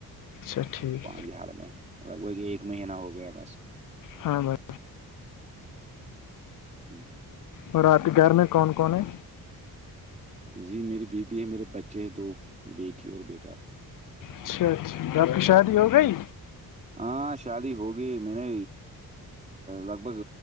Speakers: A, on the left; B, on the right.
A: اچھا ٹھیک
B: بانی حال میں لگ بھگ ایک مہینہ ہو گیا بس
A: ہاں بس
B: ہممم
A: اور آپ کے گھر میں کون کون ہے
B: جی میری بیوی ہے میرے بچے ہیں دو بیٹی اور بیٹا
A: اچھا اچھا جی آپ کی شادی ہو گئی
B: ہاں شادی ہوگی میں نے لگ بھگ